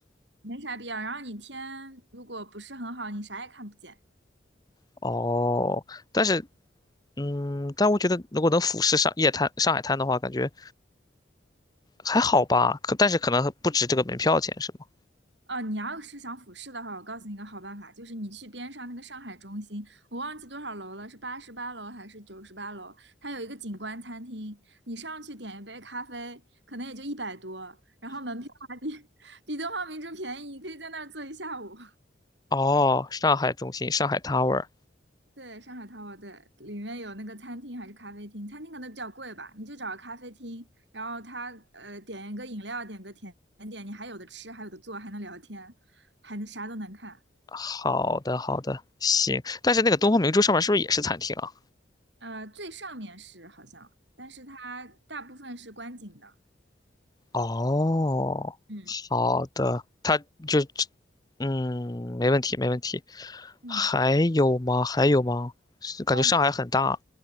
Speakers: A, on the right; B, on the left.
A: 没啥必要。然后你天如果不是很好，你啥也看不见。
B: 哦，但是嗯，但我觉得如果能俯视上夜滩上海滩的话，感觉还好吧。可但是可能不值这个门票钱，是吗？
A: 哦，你要是想俯视的话，我告诉你一个好办法，就是你去边上那个上海中心，我忘记多少楼了，是八十八楼还是九十八楼？它有一个景观餐厅，你上去点一杯咖啡，可能也就一百多，然后门票还比 <laughs> 比东方明珠便宜，你可以在那儿坐一下午。
B: <laughs> 哦，上海中心，上海 Tower。
A: 对，上海淘宝对，里面有那个餐厅还是咖啡厅？餐厅可能比较贵吧，你就找个咖啡厅，然后他呃点一个饮料，点个甜点，你还有的吃，还有的做，还能聊天，还能啥都能看。
B: 好的，好的，行。但是那个东方明珠上面是不是也是餐厅啊？
A: 呃，最上面是好像，但是它大部分是观景的。
B: 哦，
A: 嗯
B: 好的，它就，嗯，没问题，没问题。
A: 嗯
B: 还有吗？还有吗？是感觉上海很大。
A: 嗯，呃